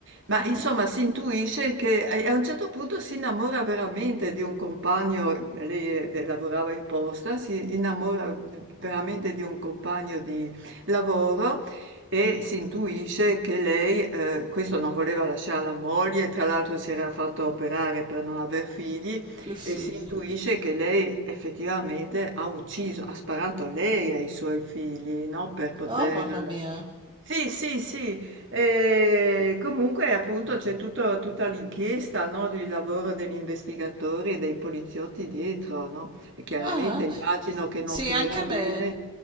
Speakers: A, on the right; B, on the right.
A: Ma
B: Ah,
A: insomma
B: ah.
A: si intuisce che eh, e a un certo punto si innamora veramente di un compagno, eh, lei, ehm, de lavorava in posta, si innamora, mhmm, veramente di un compagno di lavoro e si intuisce che lei ehm, questo non voleva lasciar la moglie, tra l'altro si era fatto operare per non aver figli
B: Più figli.
A: e si intuisce che lei effettivamente ha ucciso, ha sparato lei ai suoi figli, no, per poter
B: Oh, mamma
A: eh,
B: mia.
A: sì, sì, sì, e comunque appunto c'è tutto- tutta l'inchiesta, no, Il lavoro degli investigatori e dei poliziotti dietro, no? E chiaramente
B: Ah,
A: immagino
B: ah.
A: che non
B: Sì,
A: finirà
B: anche a
A: bene
B: me.